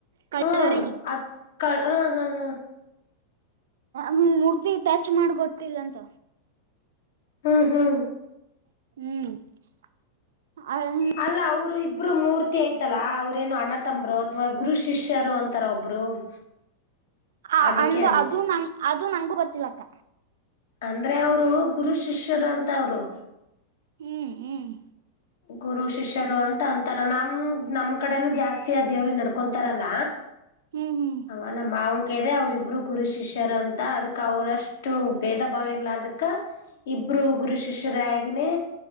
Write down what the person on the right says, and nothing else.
ಕಳ್ಳರಿಗೆ
ನ ಮೂರ್ತಿ ಟಚ್ ಮಾಡಿ ಗೊಟ್ಟಿಲ್ಲ ಅಂತ.
ಹ್ಮ್
ಆ
ಅಂದ್ರ
ಅದು ನಂಗ ಅದು ನಂಗಗೂ ಗೊತ್ತಿಲ್ಲ ಅಕ್ಕ
ಹ್ಮ್ ಹ್ಮ್
ಹ್ಮ್ ಹ್ಮ್